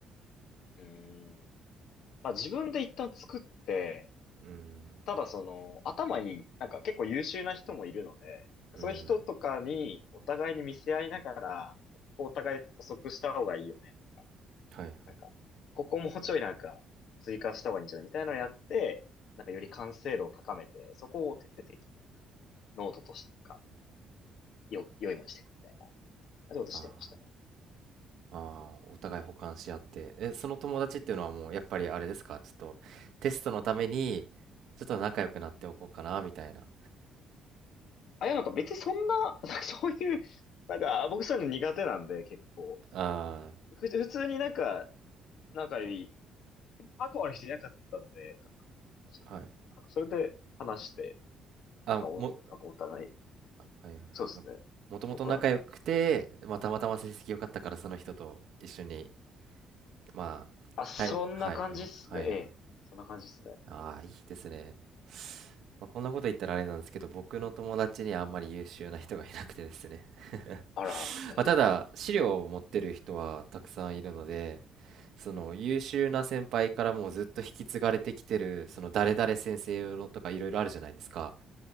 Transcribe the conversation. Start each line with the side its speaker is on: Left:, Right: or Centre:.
Left: うん。まあ自分で一旦作って、
Right: うん、
Left: ただその頭になんか結構優秀な人もいるので、
Right: うん。
Left: そういう人とかにお互いに見せ合いながら、ここお互い補足した方がいいよねとか
Right: はいはい。
Left: なんか、ここもうちょいなんか追加した方がいいんじゃないみたいなのをやって、なんかより完成度を高めて、そこを徹底的になんか、ノートとしてなんか、よ、良いものにしていくみたいな、そういうことしてましたね。
Right: あーあー、お互い補完し合って。え、その友達っていうのはもう、やっぱりあれですかちょっと、テストのために、ちょっと仲良くなっておこうかな、みたいな。
Left: あ、いやなんか別にそんな、<laughs> なんかそういう、なんか僕そういうの苦手なんで結構、
Right: あ
Left: ふ、普通になんか、仲良い、仲悪い人いなかったんで、学部とかそんな。
Right: あ、はい。
Left: なんかそれで話して、
Right: あ、
Left: お、
Right: も、
Left: なんかお互い、
Right: はいはい。
Left: そうですね。
Right: あもともと仲良くて、
Left: 元からって感じで。
Right: まあ、たまたま成績良かったから、その人と一緒に、まあ、
Left: あ、そんな感じっすね。
Right: たい、はいはい、はいはい。
Left: ええ。そんな感じっすね。
Right: ああ、いいですね。まあ、こんなこと言ったらあれなんですけど、僕の友達にあんまり優秀な人がいなくてですね。
Left: あら、
Right: <laughs>
Left: ええ、
Right: まあ、ただ、資料を持ってる人はたくさんいるので、その優秀な先輩からもうずっと引き継がれてきてるその誰々先生のとかいろいろあるじゃないですか